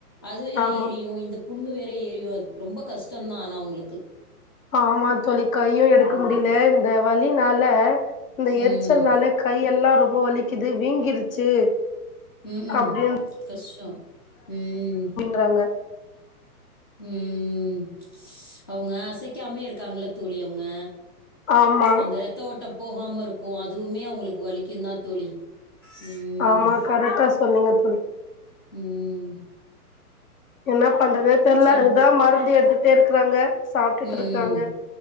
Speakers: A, on the left; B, on the left.
A: அது வேற
B: ஆமா
A: எரியு இந்த புண்ணு வேற எரியு அது ரொம்ப கஷ்டோ தா ஆனா அவுங்களுக்கு
B: ஆமா தோழி கையு எடுக்க
A: ம்.
B: முடியில இந்த வலினால இந்த எரிச்சல்னால
A: ம்.
B: கையெல்லா ரொம்ப வலிக்குது வீங்கிருச்சு
A: ம் ம்
B: அப்டின்றாங்க
A: கஷ்டோ ம்
B: றாங்க
A: ம் அவுங்க அசைக்காமேயே இருக்காங்கள தோழி அவுங்க
B: ஆமா
A: அந்த ரத்த ஓட்டோ போகாம இருக்கு அதுவுமே அவுங்களுக்கு வலிக்குந்தா தோழி ம்.
B: ஆமா கரெக்டா சொன்னீங்க தோழி
A: ம்
B: என்னா பண்றதுனே தெர்ல
A: சொல்லு.
B: அதுதா மருந்து எடுத்துட்டே இருக்குறாங்க சாப்ட்டுட்
A: ம்.
B: இருக்காங்க